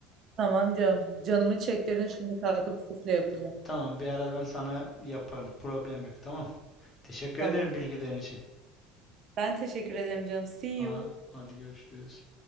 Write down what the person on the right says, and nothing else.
Tamam canım. Canımı çektirin şimdi kalkıp sufle yapacağım.
Tamam.
Ben teşekkür ederim canım. See
you.